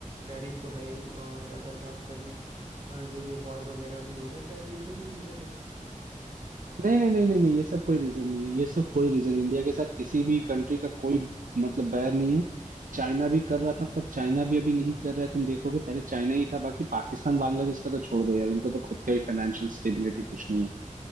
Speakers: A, on the right; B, on the right.
A: टैरिफ तो है ही और अगर बात करें अ, जो ये वॉर वगैरह भी हो रहे हैं शायद ये सब भी रीजन है
B: नहीं नहीं नहीं नहीं नहीं ये सब कोई रीजन नहीं है ये सब कोई रीजन इंडिया के साथ किसी भी कंट्री का कोई मतलब बैर नहीं है चाइना भी कर रहा था पर चाइना भी अभी नहीं कर रहा है तुम देखोगे पहले चाइना ही था बाकी पाकिस्तान बांग्लादेश का तो छोड़ दो यार उनको तो खुद का ही फाइनेंशियल स्टेबिलिटी कुछ नहीं है